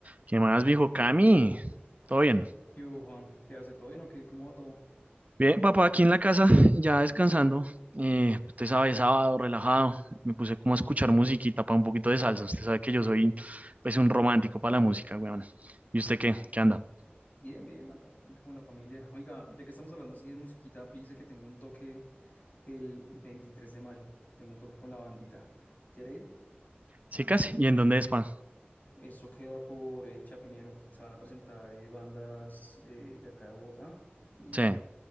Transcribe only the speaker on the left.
¿Qué hubo, Juan? ¿Qué hace? ¿Todo bien o qué? ¿Cómo va todo?
Bien, bien, acá también con la familia. Oiga, ya que estamos hablando así de musiquita, pille que tengo un toque el 23 de mayo. Tengo un toque con la bandita. ¿Quiere ir?
Eso queda por eh, Chapinero. Se van a presentar eh, bandas eh, de acá de Bogotá. Y